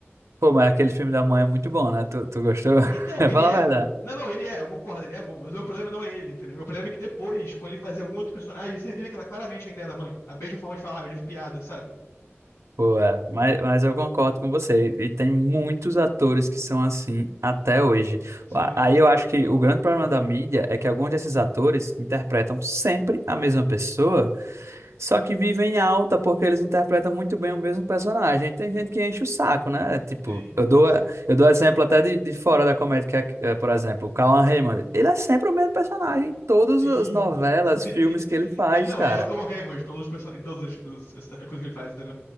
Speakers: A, on the right; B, on the left.
A: Pô, mas aquele filme da mãe é muito bom, né? Tu, tu gostou? <laughs>
B: Então, ele
A: Fala
B: é
A: a verdade.
B: bom. Não, não, ele é, eu concordo, ele é bom, mas o meu problema não é ele, entendeu? Meu problema é que depois, quando ele fazia algum outro personagem, você vira que ela claramente ainda era mãe. A mesma forma de falar, as mesmas piadas, sabe?
A: Pô, é, mas, mas eu concordo com você. E tem muitos atores que são assim até hoje.
B: Sim,
A: A- Aí eu acho que o grande problema da mídia é que alguns desses atores interpretam sempre a mesma pessoa, só que vivem em alta porque eles interpretam muito bem o mesmo personagem. Tem gente que enche o saco, né? Tipo,
B: sim,
A: eu dou,
B: sim.
A: eu dou exemplo até de, de fora da comédia, que é, é, por exemplo, o Cauan Raymond. Ele é sempre o mesmo personagem em todas
B: Sim,
A: as novelas,
B: sim.
A: filmes que ele faz,
B: Ele não,
A: cara.
B: ele é o Cão Raymond, em todos os person... em todas as, os- as- as coisas que ele faz, entendeu?